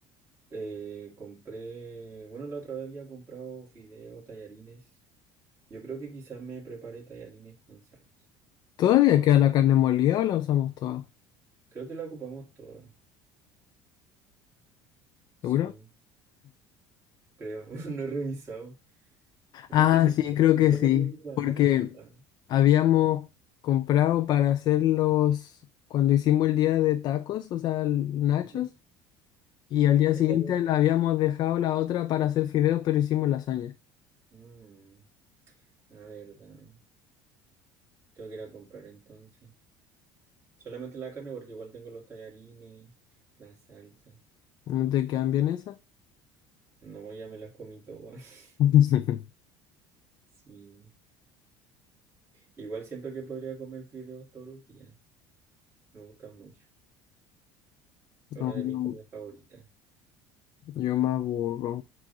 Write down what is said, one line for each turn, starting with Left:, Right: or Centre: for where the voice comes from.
Right: eh, compré, bueno, la otra vez había comprado fideos, tallarines. Yo creo que quizás me prepare tallarines con salsa.
Left: ¿Todavía
Right: Como
Left: queda
Right: la-
Left: la carne molida o la usamos toda?
Right: creo que la ocupamos toda. Sí,
Left: ¿Seguro?
Right: creo. <laughs> No he revisado. Viste,
Left: Ah,
Right: si
Left: sí, creo
Right: no
Left: que
Right: tengo
Left: sí.
Right: tiempo para
Left: Porque
Right: nada.
Left: habíamos comprado para hacerlos cuando hicimos el día de tacos, o sea, el- nachos.
Right: Ujú.
Left: Y al día
Right: Esa-
Left: siguiente la habíamos dejado la otra para hacer fideos, pero hicimos lasaña.
Right: Mm, la verdad. Tengo que ir a comprar entonces. Solamente la carne porque igual tengo los tallarines, la salsa.
Left: ¿No te quedan bien esas?
Right: No, ya me las comí todas. <laughs>
Left: <laughs>
Right: Sí. Igual siento que podría comer fideos todos los días. Me gusta mucho. Es
Left: No,
Right: una de
Left: yo,
Right: mis comidas favoritas.
Left: yo me aburro.